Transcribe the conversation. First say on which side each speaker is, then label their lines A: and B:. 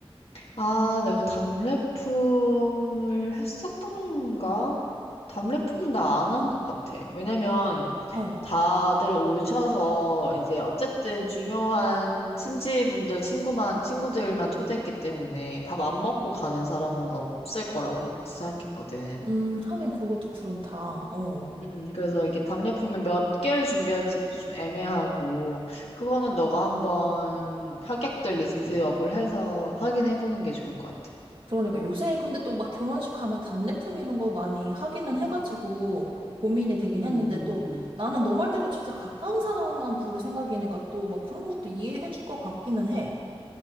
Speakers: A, on the left (about 75°); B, on the right (about 55°).
A: 아, 내가 답례품을 했었던가? 답례품 나 안 한 것 같아. 왜냐면
B: 어.
A: 다들 오셔서 이제 어쨌든 중요한 친지분들, 친구만, 친구들만 초대했기 때문에 밥 안 먹고 가는 사람은 없을 거라고 생각했거든.
B: 음, 하긴 그것도 그렇다. 어.
A: 음, 그래서 이게 답례품을 몇 개를 준비할지도 좀 애매하고, 그거는 너가 한번 하객들 리스트업을 해서 확인해 보는 게 좋을 것 같아.
B: 그러니까 요새 근데 또 막 결혼식 가면 답례품 이런 거 많이 하기는 해가지고 고민이 되긴 했는데
A: 음, 음.
B: 또 나는 너 말대로 진짜 가까운 사람만 부를 생각이니까 또 막 그런 것도 이해해줄 것 같기는 해.